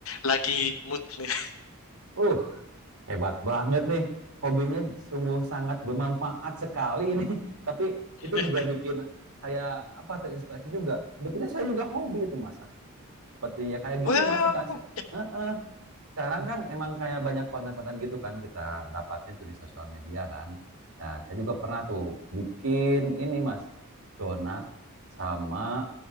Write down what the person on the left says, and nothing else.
lagi mood nih
<laughs>
wow